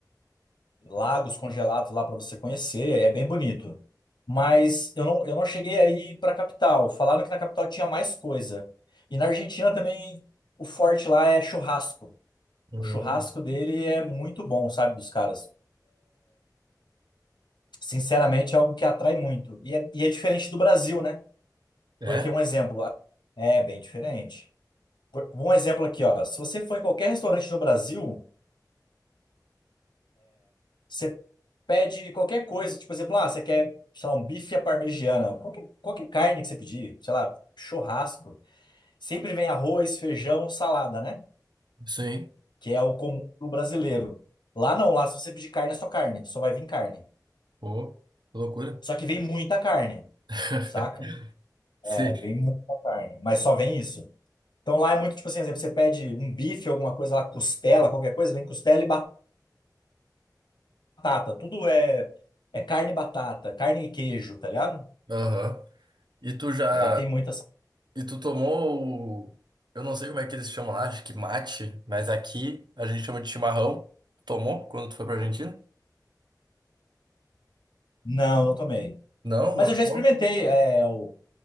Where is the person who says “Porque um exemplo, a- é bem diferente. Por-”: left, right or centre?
Left